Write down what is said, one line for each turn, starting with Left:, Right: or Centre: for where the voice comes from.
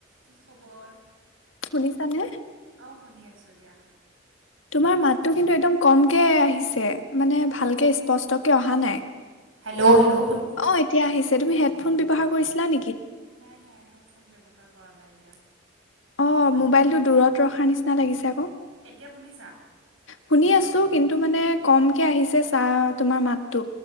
Right: কি খবৰ?
Left: শুনিছা নে?
Right: অ শুনি আছোঁ দিয়া।
Left: তোমাৰ মাতটো কিন্তু একদম কমকে আহিছে মানে ভালকে স্পষ্টকে অহা নাই।
Right: হেল্ল' হেলল'
Left: অ', এতিয়া আহিছে। তুমি, হেডফোন ব্যৱহাৰ কৰিছিনে
Right: নাই-নাই হেডফোন ব্যৱহাৰ কৰা নাই এতিয়া
Left: অ
Right: বাকী
Left: মোবাইলটো দূৰত ৰখাৰ নিচিনা লাগিছে আকৌ।
Right: এতিয়া শুনিছা।
Left: শুনি আছো কিন্তু মানে কমকে আহিছে চাহ তোমাৰ মাতটো।